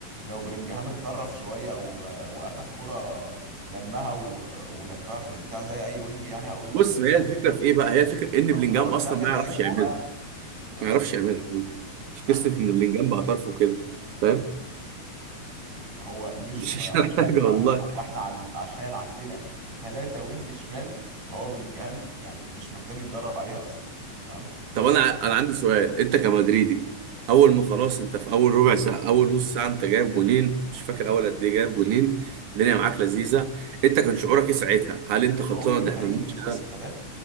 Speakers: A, on the right (about 60°); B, on the right (about 80°).
A: لو بلينجهام اتطرف شويه و- واخد كرة لمها و- ولفها في البتاع زي اي وينج يعني هقول
B: بص ما هي الفكره في ايه بقى هي الفكره ان
A: هو
B: بلينجهام
A: في الاول
B: اصلا
A: في الاخر
B: ما يعرفش
A: لعيب كوره
B: يعملها
A: يعني فاهم
B: ما يعرفش يعملها يا حبيبي مش قصه
A: <laughs>
B: ان بلينجهام بقى طرف وكده فاهم
A: يعني هو
B: <laughs>
A: مش
B: مش
A: ما
B: عشان
A: يعرفش
B: حاجه
A: يعملها
B: والله
A: هو احنا عند عشان عندنا ثلاثة وينج شمال فهو بلينجهام يعني مش محتاج يتدرب عليها اصلا تمام بس
B: طب انا انا عندي سؤال انت كمدريدي اول ما خلاص انت في اول ربع ساعه اول نص ساعه انت جايب جونين مش فاكر اول قد ايه جايب جونين الدنيا معاك لذيذه انت كان شعورك ايه ساعتها هل انت
A: شعوري
B: خلصان
A: ايه الفريق
B: ده احنا الماتش
A: ابن الوسخة
B: ده
A: ده